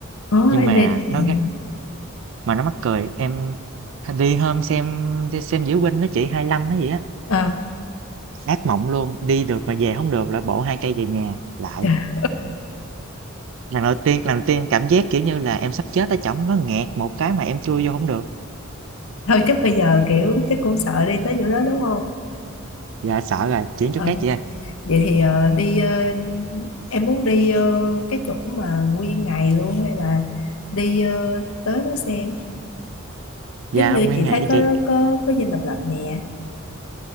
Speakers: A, on the left (about 85°); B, on the right (about 65°).
A: Có
B: Nhưng
A: em
B: mà
A: đi đâu mà
B: nó gắt mà nó mắc cười, em đi hôm xem đi xem diễu binh đó chị 25 nó vậy á.
A: Ờ,
B: Ác mộng luôn, đi được mà về không được là bổ 2 cây về nhà lại.
A: trời.
B: Lần đầu tiên lần đầu tiên em cảm giác, kiểu như là, em sắp chết ở trỏng nó nghẹt một cái mà em chui vô không được.
A: thôi chắc bây giờ kiểu chắc cũng sợ đi tới chỗ đó đúng không
B: Dạ sợ rồi, chuyển
A: Ờ,
B: chỗ khác chị ơi.
A: vậy thì ờ, đi ờ, em muốn đi ờ, cái chỗ mà nguyên ngày luôn hay là đi ờ, tới đó xem
B: Dạ
A: giống như
B: nguyên
A: chị
B: ngày
A: thấy
B: đi chị,
A: có có có dinh độc lập nè